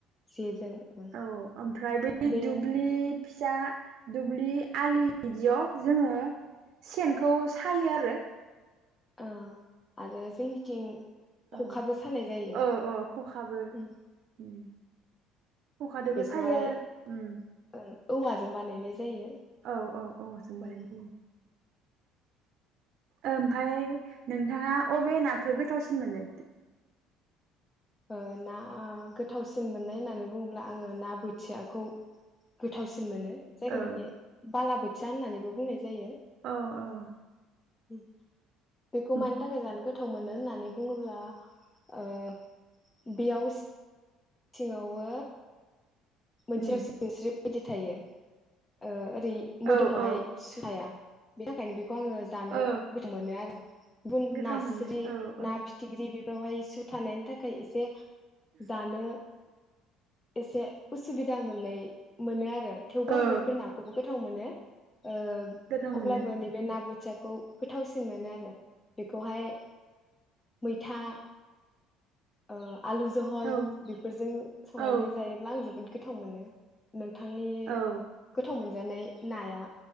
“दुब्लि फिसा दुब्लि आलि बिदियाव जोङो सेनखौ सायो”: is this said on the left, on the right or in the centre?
Right